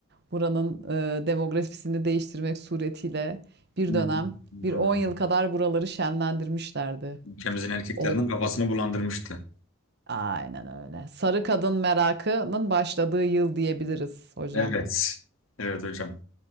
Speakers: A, on the right; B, on the left.
A: buranın e, demografisini değiştirmek suretiyle bir
B: Hı
A: dönem
B: hı. Hı.
A: bir 10 yıl kadar buraları şenlendirmişlerdi.
B: Ülkemizin erkeklerinin
A: Old
B: kafasını bulandırmıştı.
A: Aynen öyle. Sarı kadın merakının başladığı yıl diyebiliriz hocam.
B: Evet. Evet hocam.